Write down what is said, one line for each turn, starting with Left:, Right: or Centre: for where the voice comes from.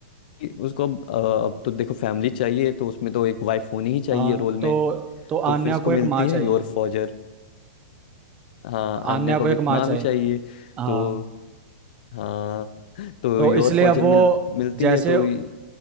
Left: उसको अब अ, अब तो देखो फैमिली चाहिए तो उसमें तो एक वाइफ होनी ही चाहिए
Right: हाँ
Left: रोल में
Right: तो तो
Left: तो
Right: आन्या
Left: फिर उसको
Right: को
Left: मिलती
Right: एक माँ चाहिए
Left: है योर फॉजर हाँ
Right: आन्या
Left: अन्य को
Right: को एक
Left: एक
Right: माँ
Left: माँ
Right: चाहिए
Left: भी चाहिए
Right: हाँ
Left: तो हाँ तो
Right: तो
Left: योर
Right: इसलिए
Left: फॉजर
Right: अब वो
Left: मिल मिलती
Right: जैसे
Left: है तो ये-